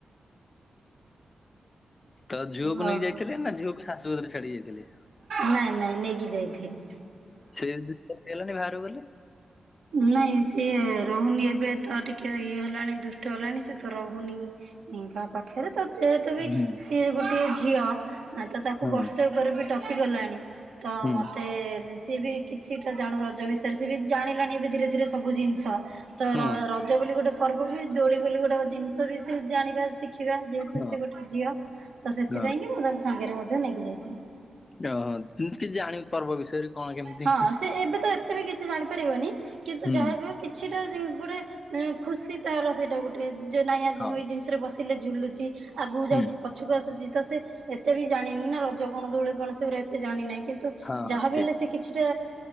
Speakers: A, on the left; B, on the right.
A: ତ ଝିଓକୁ
B: ଓ
A: ନେଇ ଯାଇଥିଲେ ନା ଝିଅକୁ ଶାଶୁ ଭତରେ ଛାଡି ଯାଇଥିଲେ।
B: ନାଇଁ ନାଇଁ ନେଇକି ଯାଇଥିଲି।
A: ସେ ହେଲାନଣି ବାହାରୁ ଗଲେ।
B: ନାଇଁ ସିଏ ରହୁନି ଏବେ ତ ଟିକେ ଇଏ ହେଲାଣି ଦୁଷ୍ଟ ହେଲାଣି ସେ ତ ରହୁନି କାହା ପାଖରେ ତ ଯେହେତୁ ବି
A: ହୁଁ
B: ସିଏ ଗୋଟେ ଝିଅ ତ ତାକୁ
A: ହଁ
B: ବର୍ଷେ ବି ଟପି ଗଲାଣି ତ
A: ହୁଁ
B: ମତେ ସିଏ ବି କିଛିଟା ଜାଣୁ ନ ରଜ ବିଷୟରେ ସେ ବି ଜାଣିଲାଣି ଏ ଧୀରେ ଧୀରେ ସବୁ ଜିନିଷ ତ
A: ହୁଁ
B: ର ଜ ବୋଲି ଗୋଟେ ପର୍ବ ହୁଏ ଦୋଳି ବୋଲି ଗୋଟେ ଜିନଷ ବି ସେ ଜାଣିବା ଶିଖି ଦେଖିବା ଯେହେତୁ
A: ହଁ
B: ସେ ଗୋଟେ ଝିଅ ତ ସେଥିପାଇଁ
A: ହଁ
B: କି ମୁଁ ତାଙ୍କୁ ସାଙ୍ଗରେ ମଧ୍ୟ ନେଇକି ଯାଇଥିଲି।
A: ଓହୋ କିମତି ଜାଣିବ ପର୍ବ ବିଷୟରେ କଣ କେମିତି
B: ହଁ ସେ ଏବେ ତ ଏତେ ବି କିଛି ଜାଣିପାରିବନି କିନ୍ତୁ
A: ହୁଁ
B: ଯାହାବି ହୋଉ କିଛିଟା ଯି ଗୋଟେ ଖୁସି ତାର ସେଇଟା ଗୋଟେ ଯୋଉ ନାଇଁ
A: ହଁ
B: ଦ ମୁଇ ଜି ପଛରେ ବସିଲେ ଝୁଲୁଛି ଆଗକୁ ଯାଉଛି
A: ହୁଁ
B: ପ ଛକୁ ଆସିଛି ତ ସେ ଏତେ ବି ଜାଣିନି ନା ରଜ କଣ ଦୋଳି କଣ ଏତେ ଜାଣି ନାହିଁ କିନ୍ତୁ
A: ହଁ
B: ଯାହା
A: ହଁ
B: ବିି
A: ଠିକ
B: ହେଲେ ସେ କିଛିଟା